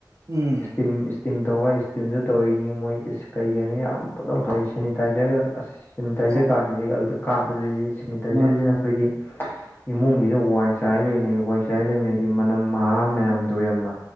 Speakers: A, on the right; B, on the left.
A: ꯎꯝ
B: ꯏꯁꯇꯤꯝ ꯏꯁ ꯏꯁꯇꯤꯝ ꯇꯧꯕ ꯏꯁꯇꯤꯝꯁꯨ ꯇꯧꯔꯤꯅꯤ ꯃꯣꯏ ꯀꯔꯤ ꯀꯔꯤꯅꯣ ꯌꯥꯝ ꯐꯗꯧꯈꯛꯏ ꯁꯦꯅꯤꯇꯥꯏꯖꯔꯒ ꯑꯁ ꯁꯦꯅꯤꯇꯥꯏꯖꯔ
A: ꯍꯣꯏ
B: ꯀꯥꯈꯤꯁꯤ ꯑꯗꯨꯗ ꯀꯥꯞꯄꯗꯗꯤ ꯁꯦꯅꯤꯇꯥꯏꯖꯔꯁꯤꯅ
A: ꯃꯥꯅꯤ ꯃꯥꯅꯤ
B: ꯑꯩꯈꯣꯏꯗꯤ ꯏꯃꯨꯡꯁꯤꯗ ꯋꯥꯏ ꯆꯥꯏ ꯂꯩꯕꯅꯩ ꯋꯥꯏ ꯆꯥꯏ ꯂꯩꯕꯅꯤ ꯍꯥꯏꯗꯤ ꯃꯅꯝ ꯃꯍꯥ ꯃꯌꯥꯝꯗꯣ ꯏꯌꯥꯝꯕ